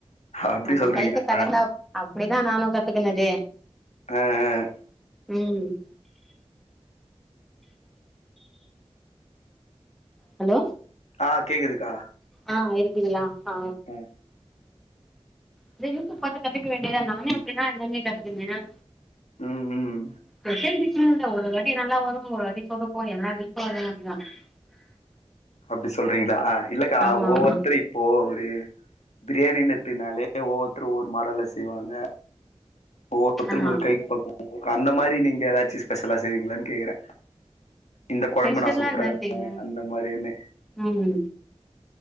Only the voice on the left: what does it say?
அப்டி
சொல்றீங்களா
ஆ
ஆ ஆ
ஆ கேக்குதுக்கா
ம்
ம் ம்
அப்டி சொல்றீங்களா இல்லக்கா
ஒவ்வொருத்தரு
இப்போ ஒரு பிரியாணின் எத்துனாலே ஒவ்வொருத்தரு ஒவ்வொரு மாடல்ல செய்வாங்க ஒவ்வொ ருத்தர்க்கு
ஒரு கைப் பக்குவோ <inaudible> அந்த மாரி நீங்க எதாச்சு ஸ்பெஷலா செய்வீங்ளான் கேக்கறே இந்த கொழம்பு
நா சூப்பரா
வெப்பே
அந்த மாரினு